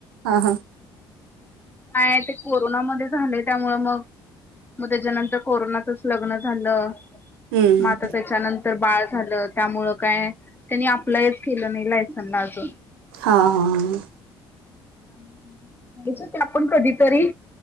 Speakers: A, on the right; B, on the left.
A: हां हां!
B: आहे ते कोरोनामध्ये झालय त्या मुळ मग, मग त्याच्यानंतर कोरोनाचाच. लग्न झालं
A: हं,
B: म आतात्याच्यानंत तर बाळ झालं त्यामुळ काय त्यांनी अपलायच केलं नाही लायसनला अजून.
A: हां हां हा!
B: हम्म <inaudible> घेयच ते आपण कधीतरी.